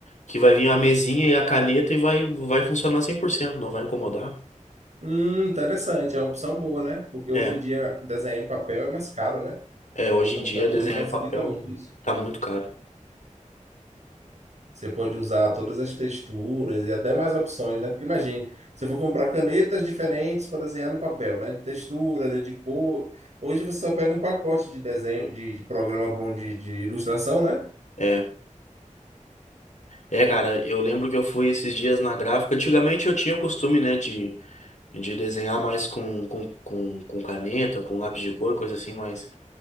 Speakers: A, on the left; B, on the right.
A: que vai vir a mesinha e a caneta e vai, vai funcionar 100% não vai incomodar.
B: Hum, interessante, é uma opção boa, né? Porque hoje
A: É,
B: em dia desenhar em papel é mais caro, né?
A: é, hoje
B: O computador
A: em dia desenhar
B: hoje facilita
A: em papel
B: muito isso.
A: tá muito caro.
B: Você pode usar todas as texturas e até mais opções, né? Porque imagine, se eu for comprar canetas diferentes para desenhar no papel, né? De textura, de de cor. Hoje você só pega um pacote de desenho, de, de programa bom de, de ilustração, né?
A: É, é, cara, eu lembro que eu fui esses dias na gráfica. Antigamente eu tinha o costume, né, de de desenhar mais com, com, com, com caneta, com lápis de cor, coisa assim, mas,